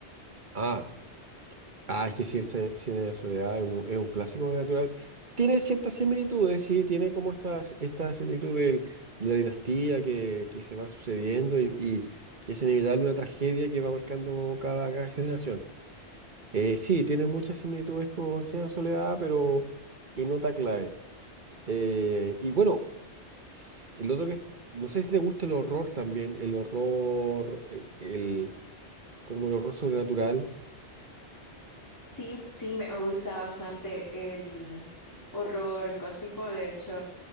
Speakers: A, on the right (about 45°); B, on the left (about 15°).
A: Ah, ah, es que Cien, se- Cien años de soledad es un, es un clásico de natural. Tiene ciertas similitudes, sí, tiene como estas, esta similitud del- de la dinastía que, que se va sucediendo y, y, y es inevitable una tragedia que va marcando cada, cada generación. Eh, sí, tiene muchas similitudes con Cien años de soledad, pero en nota clave. Eh, y bueno, s- el otro que es- no sé si te gusta el horror también, el horror, eh, el, como el horror sobrenatural.
B: Sí, sí, me me gusta bastante el horror cósmico. De hecho,